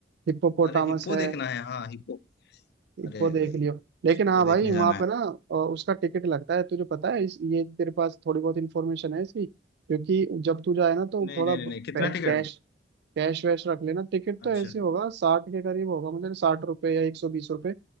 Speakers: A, on the right (about 65°); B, on the left (about 60°).
A: हिप्पोपोटामस
B: अरे हिप्पो
A: है
B: देखना है हाँ हिप्पो
A: हिप्पो
B: अरे
A: देख
B: भाई
A: लियो लेकिन
B: उसको
A: हाँ
B: तो देखने
A: भाई वहां
B: जाना है
A: पर ना अ, उसका टिकट लगता है तुझे पता है इस ये तेरे पास थोड़ी बहुत इन्फॉर्मेशन है इसकी क्योंकि जब तू जाए ना तो
B: नहीं
A: थोड़ा
B: नहीं नहीं नहीं कितना
A: कैश
B: टिकट
A: कैश वैश रख लेना टिकट तो
B: अच्छा
A: ऐसे होगा साठ के करीब होगा मुझे साठ रुपए या एक सौ बीस रुपए